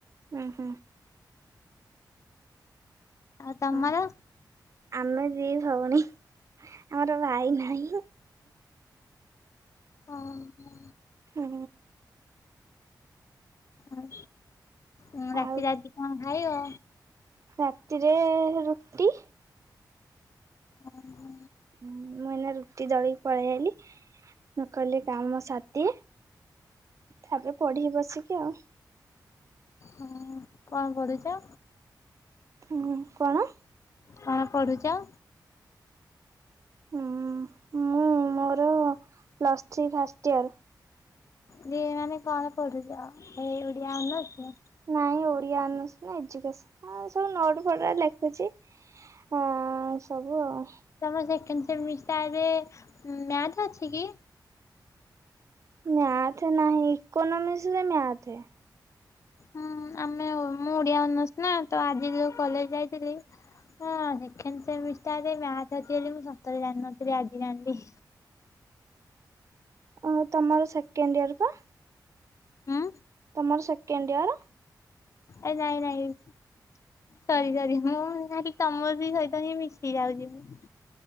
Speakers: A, on the right; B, on the left.
A: ଉଁ ହୁଁ।
B: ଆଉ ତମର।
A: ହଁ ଆମେ ଦି ଭଉଣୀ ଆମର ଭାଇ ନାହିଁ।
B: ଅ ହଁ।
A: ହୁଁ।
B: ଆଉ ଉଁ
A: ଆଉ
B: ରାତିରେ ଆଜି କଣ ଖାଇବ।
A: ରାତିରେ ରୁଟି।
B: ଉଁ ହୁଁ।
A: ହୁଁ ମୁଁ ଏଇନା ରୁଟି ଦଳିକି ପଳେଇ ଆଇଲି। ମୁଁ କହିଲି କାମ ସାରିଦିଏ ତାପରେ ପଢିିବି ବସିକି ଆଉ।
B: ହଁ କଣ ପଢ଼ୁଛ।
A: ହୁଁ କଣ।
B: କଣ ପଢ଼ୁଛ।
A: ହୁଁ ମୁଁ ମୋର ପ୍ଲସ୍ ଥ୍ରୀ ଫାଷ୍ଟ ଇୟର।
B: ଯେ ମାନେ କଣ ପଢୁଛ ହେଇ ଓଡ଼ିଆ ଅନର୍ସ।
A: ନାଇଁ ଓଡିଆ ଅନର୍ସ ନୁଅ ଏଜୁକେସନ ହଁ ସବୁ ନୋଟ ଫୋଟ ବା ଲେଖୁଛି। ହଁ ସବୁ ଆଉ।
B: ତମେ ସେକେଣ୍ଡ ସେମିସ୍ଟାର ରେ ମ୍ୟାଥ ଅଛି କି।
A: ମ୍ୟାଥ ନାହିଁ ଇକୋନୋମିକ୍ସ ରେ ମ୍ୟାଥ।
B: ହୁଁ ଆମେ ମୁଁ ଓଡିଆ ଅନର୍ସ ନା ତ ଆଜି ଯୋଉ କଲେଜ ଯାଇଥିଲି। ହଁ ସେକେଣ୍ଡ ସେମିସ୍ଟାରରେ ମ୍ୟାଥ୍ ଅଛି ବୋଲି ମୁଁ ସତରେ ଜାଣି ନଥିଲି ଆଜି ଜାଣିଲି।
A: ଆଉ ତମର ସେକେଣ୍ଡ ଇଅର ବା।
B: ହୁଁ।
A: ତମର ସେକେଣ୍ଡିଅର।
B: ଏ ନାଇ ନାଇ। ସରି ସରି ମୁଁ ଭାବିଲି ତମ ବି ସହିତ ହିଁ ମିଶି ଯାଉଛି ମୁଁ।